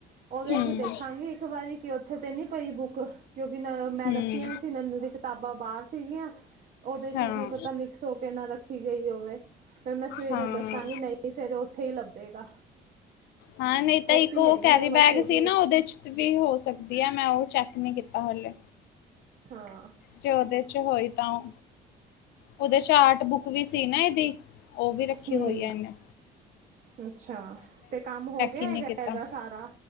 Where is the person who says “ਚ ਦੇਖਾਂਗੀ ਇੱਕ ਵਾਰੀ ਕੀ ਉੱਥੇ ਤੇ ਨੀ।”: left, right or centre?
Right